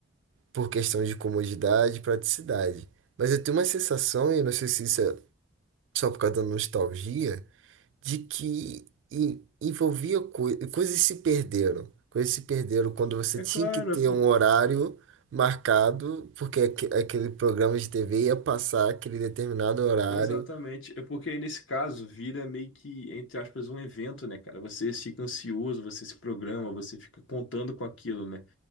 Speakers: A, on the right; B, on the left.
A: por questão de comodidade e praticidade. Mas eu tenho uma sensação, e eu não sei se isso é só por causa da nostalgia, de que en- envolvia coi coisas se perderam. Coisas se perderam quando você
B: é
A: tinha
B: claro,
A: que ter
B: é por
A: um horário marcado, porque aque- aquele programa de TV ia passar aquele determinado horário.
B: exatamente, é porque aí nesse caso vira meio que entre aspas um evento, né, cara? Você fica ansioso, você se programa, você fica contando com aquilo, né?